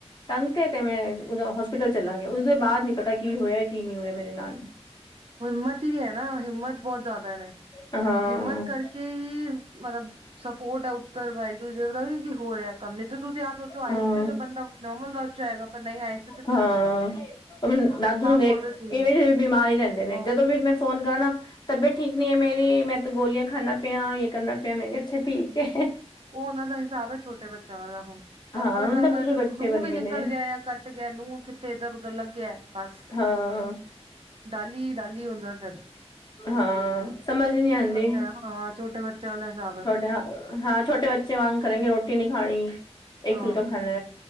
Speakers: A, on the left; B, on the right.
A: ਟੰਗ ਕੇ 'ਤੇ ਮੈਂ ਹੋਸਪਿਟਲ ਚਲਾ ਗਿਆ ਉਸਦੇ ਬਾਅਦ ਨੀ ਪਤਾ ਕੀ ਹੋਇਆ ਕੀ ਨੀ ਹੋਇਆ ਮੇਰੇ ਨਾਲ।
B: ਗੁਰਮਤ ਦੀ ਐ ਨਾ ਹਿੰਮਤ ਬਹੁਤ ਜਿਆਦਾ ਨੇ,
A: ਹਾਂ
B: ਹਿੰਮਤ ਕਰ ਕੇ ਈ ਮਤਲਬ ਸਪੋਰਟ ਆਉ। ਪਰ ਵਾਹਿਗੁਰੂ ਦੇਵ ਦਾ ਵੀ ਕੀ ਹੋ ਰਿਹਾ ਕੰਮ ਨੀ ਤਾਂ ਤੁਸੀਂ ਆਪ ਸੋਚੋ ਆਈਸ
A: ਹਾਂ
B: 'ਚ ਬੰਦਾ ਨੋਰਮਲ ਬਾਅ 'ਚ ਆਏਗਾ ਪਰ ਨਈ ਆਈਸ
A: ਹਾਂ, ਓ ਮ ਦਾਦੂ ਨੂੰ ਦੇਖ
B: ਬੋਲ ਰਹੇ ਸੀ
A: ਇਵੇਂ ਈ ਬਿਮਾਰ ਈ ਰਹਿੰਦੇ ਦੇ ਨੇ
B: ਉਹ
A: ਜਦੋਂ ਵੀ ਮੈਂ ਫੋਨ ਕਰਨਾ ਤਬੀਅਤ ਠੀਕ ਨੀ ਏ ਮੇਰੀ, ਮੈਂ ਤਾਂ ਗੋਲੀਆਂ ਖਾਨਾ ਪਿਆ, ਯੇ ਕਰਨਾ ਪਿਆ ਮੈਂ ਕਿਹਾ ਅੱਛਾ ਠੀਕ ਏ।
B: ਓ ਉਨਾਂ ਦਾ ਹਿਸਾਬ ਏ ਛੋਟੇ ਬੱਚਿਆਂ ਵਾਲਾ ਹੁਣ
A: ਹਾਂ
B: ਹਲਕਾ
A: ਹੁਣ
B: ਜਾ
A: ਤਾਂ
B: ਅਗਰ
A: ਬਿਲਕੁਲ ਬੱਚੇ
B: ਨੂੰ
A: ਬਣ
B: ਵੀ
A: ਗਏ
B: ਨਿਕਲ
A: ਨੇ
B: ਜਾਇਆ ਜਾਂ ਕੱ ਟ ਗਿਆ ਨੂੰ ਕਿੱਥੇ ਏਧਰ-ਉਧਰ ਲੱਗ ਗਿਆ ਬਸ
A: ਹਾਂ।
B: ਡਾਲੀ-ਡਾਲੀ ਹੁੰਦਾ ਫੇਰ।
A: ਹਾਂ ਸਮਝ ਨੀ ਆਂਦੀ।
B: ਛੋਟੇ ਹਾਂ ਛੋਟੇ ਬੱਚੇ ਵਾਲਾ ਹਿਸਾਬ ਹੈ।
A: ਛੋਟੇ ਹਾਂ ਛੋਟੇ ਬੱਚੇ ਵਾਂਗ ਕਰੇਗੇ ਰੋਟੀ ਨੀ ਖਾਣੀ।
B: ਹਾਂ
A: ਇੱਕ ਫੁਲਕਾ ਖਾਣਾ